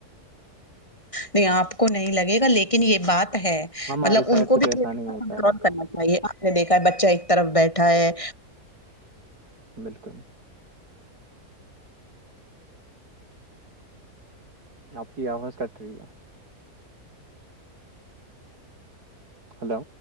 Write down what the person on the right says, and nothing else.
ہمارے
سائڈ
سے
تو ایسا
نہیں
ہوتا
ہے
بالکل آپ کی آواز کٹ رہی ہے ہلو